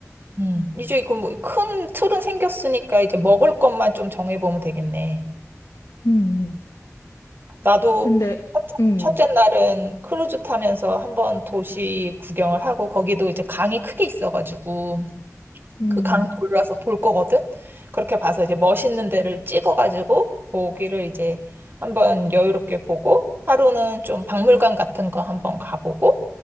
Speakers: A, on the right; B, on the left.
A: 음. 이제 그 뭐 큰 틀은 생겼으니까 이제 먹을 것만 좀 정해보면 되겠네.
B: 음,
A: 나도
B: 근데,
A: 첫째
B: 음,
A: 첫째 날은 크루즈 타면서 한번 도시 구경을 하고 거기도 이제 강이 크게 있어가지고
B: 음,
A: 그 강 돌려서 볼 거거든. 그렇게 봐서 이제 멋있는 데를 찍어가지고 거기를 이제 한번 여유롭게 보고 하루는 좀 박물관 같은 거 한번 가보고